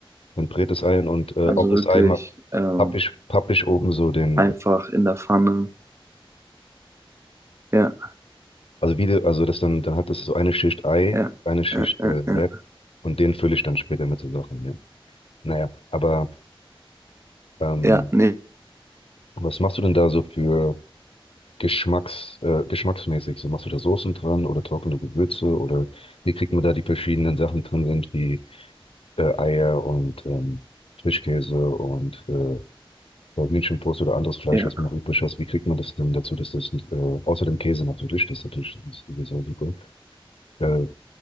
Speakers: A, on the left (about 80°); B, on the right (about 30°).
A: dann brät das Ei an und äh,
B: Also
A: ob das
B: wirklich
A: Ei
B: ähm,
A: hab ich, hab ich oben so den,
B: einfach in der Pfanne. Ja,
A: also wie, die- also das dann, dann hat das so eine Schicht Ei,
B: ja,
A: eine Schicht
B: äh, äh,
A: äh, Wrap
B: äh.
A: und den fülle ich dann später mit so Sachen. Ja. Naja, aber ähm,
B: Ja, nee,
A: was machst du denn da so für Geschmacks, äh, geschmacksmäßig? So machst du da Soßen dran oder trockene Gewürze oder wie kriegt man da die verschiedenen Sachen drin sind, wie äh, Eier und ähm, Frischkäse und äh, Hühnchenbrust oder anderes Fleisch,
B: ja.
A: was man noch übrig hat, wie kriegt man das denn dazu, dass das, äh, außer dem Käse natürlich, das ist natürlich sowieso super, äh,